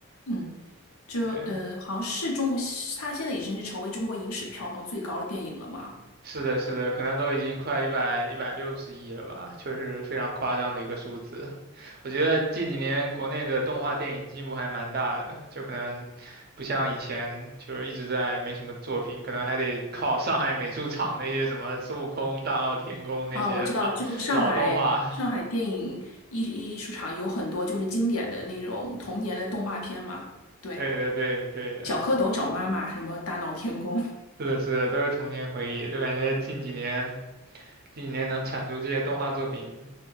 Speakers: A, on the left; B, on the right.
A: 嗯，就呃，
B: 对，
A: 好像是中国，它现在已经是成为中国影史票房最高的电影了嘛？
B: 是的，是的，可能都已经快一百一百六十亿了吧，确实非常夸张的一个数字。我觉得近几年国内的动画电影进步还蛮大的，就可能不像以前就是一直在没什么作品，可能还得靠上海美术厂那些什么孙悟空、大闹天宫那些老老动画。
A: 啊，我知道，就是上海上海电影艺艺术场有很多就是经典的那种童年的动画片嘛。
B: <laughs>
A: 对，
B: 对的，对的，对的，
A: 《小蝌蚪找妈妈》什么《大闹天宫》
B: 是的，是的，都是童年回忆，就感觉近几年近几年能产出这些动画作品，